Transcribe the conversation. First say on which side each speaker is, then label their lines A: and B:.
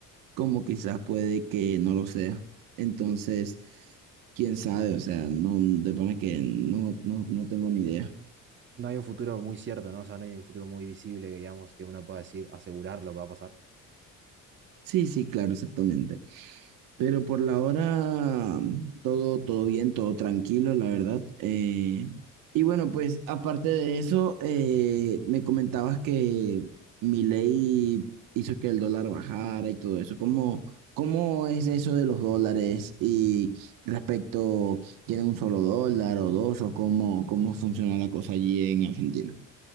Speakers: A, on the right; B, on the right.
A: como quizás puede que no lo sea. Entonces, quién sabe, o sea, no, de pana que no, no, no tengo ni idea.
B: No hay un futuro muy cierto, ¿no? O sea, no hay un futuro muy visible que digamos que uno pueda decir, asegurar lo que va a pasar.
A: Sí, sí, claro, exactamente. Pero por la hora todo, todo bien, todo tranquilo, la verdad. Eh, y bueno, pues aparte de eso, eh, me comentabas que mi ley hizo que el dólar bajara y todo eso. ¿Cómo, cómo es eso de los dólares? Y respecto, ¿tiene un solo dólar o dos? ¿O cómo, cómo funciona la cosa allí en Argentina?